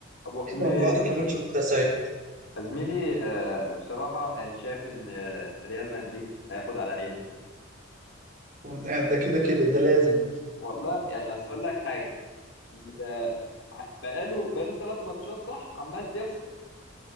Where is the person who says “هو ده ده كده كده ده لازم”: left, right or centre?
Right